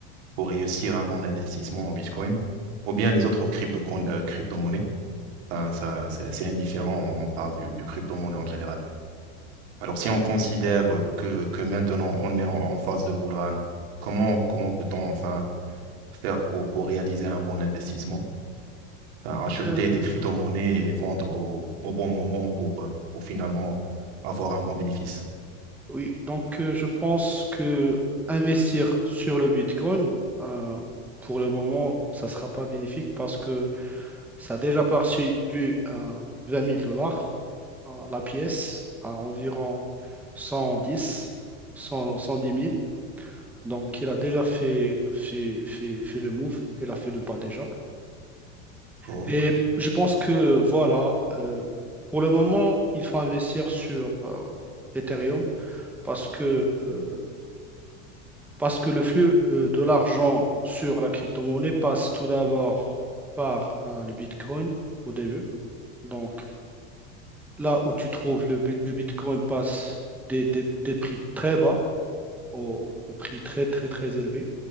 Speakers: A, on the right; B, in the centre.
A: pour réussir un bon investissement au Bitcoin ou bien les autres crypto, euh, crypto-monnaies. Enfin, ça, c'est c'est indifférent, on parle du, du crypto-monnaie en général. Alors, si on considère euh, que, que maintenant on est en, en phase de bull run, comment, comment peut-on enfin faire pour, pour réaliser un bon investissement? Enfin, acheter
B: Euh,
A: des crypto-monnaies et vendre au, au bon moment pour, euh, pour finalement avoir un bon bénéfice.
B: Oui, donc euh, je pense que investir sur le Bitcoin, euh, pour le moment, ça ne sera pas bénéfique parce que ça a déjà parti du euh, 20 000 dollars euh, la pièce à environ 110, 100, 110 000. Donc il a déjà fait, fait, fait, fait le move, il a fait le pas déjà.
A: D'accord.
B: Et je pense que voilà, euh, pour le moment, il faut investir sur euh, Ethereum parce que euh, Parce que le flux euh, de l'argent sur la crypto-monnaie passe tout d'abord par euh, le Bitcoin au début. Donc là où tu trouves le, Bi- le Bitcoin passe des, des- des prix très bas au, au prix très très très élevé.